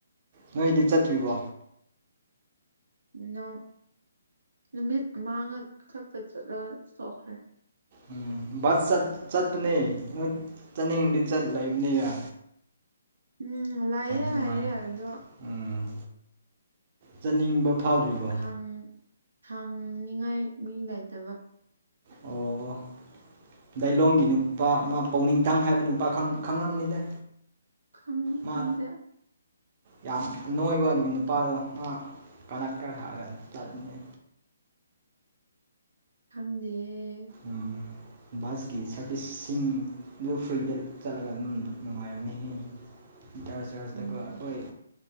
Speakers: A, on the right; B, on the right.
A: ꯅꯣꯏꯗꯤ ꯆꯠꯇ꯭ꯔꯤꯕꯣ
B: ꯅꯣ ꯅꯨꯃꯤꯠ ꯑꯃꯥꯉꯛ ꯈꯛꯇ ꯆꯠꯂꯒ ꯇꯣꯛꯈ꯭ꯔꯦ
A: ꯎꯝ ꯕꯁ ꯆꯠ ꯆꯠꯄꯥꯅꯦ ꯆꯠꯅꯤꯡꯕꯗꯤ ꯆꯠ ꯂꯩꯕꯅꯦꯕ
B: ꯎꯝ ꯂꯥꯛꯑꯦ
A: ꯅꯨꯡꯉꯥꯏ
B: ꯍꯥꯏꯌꯦ ꯑꯗꯣ
A: ꯎꯝ ꯆꯠꯅꯤꯡꯕ ꯐꯥꯎꯗ꯭ꯔꯤꯕꯣ
B: ꯍꯥꯡ ꯍꯥꯡꯅꯤꯉꯥꯏ ꯃꯤ ꯂꯩꯇꯕ
A: ꯑꯣ ꯂꯩꯂꯣꯡꯒꯤ ꯅꯨꯄꯥ ꯑꯃ ꯄꯥꯎꯅꯤꯡꯊꯪ ꯍꯥꯏꯕ ꯅꯨꯄꯥ ꯈꯪꯉꯝ ꯈꯪꯉꯝꯅꯤꯗ
B: ꯈꯪꯅꯤ
A: ꯃꯥ
B: ꯈꯪꯗꯦ
A: ꯌꯥꯝ ꯑꯅꯣꯏꯕ ꯅꯨꯄꯥꯗꯣ ꯃꯥ ꯀꯔ ꯀꯔ ꯍꯥꯛꯌꯦ ꯂꯥꯛꯅꯤꯡꯉꯦ
B: ꯈꯪꯗꯤꯌꯦ
A: ꯎꯝ ꯕꯁꯀꯤ ꯁꯥꯔꯚꯤꯁꯁꯤꯡꯗꯨ ꯐ꯭ꯔꯤꯗ ꯆꯠꯂꯒ ꯑꯗꯨꯝ ꯅꯨꯡꯉꯥꯏꯕꯅꯤꯍꯦ <unintelligible> ꯆꯥꯔꯖꯇꯀꯣ
B: ꯎꯝ
A: ꯑꯩꯈꯣꯏ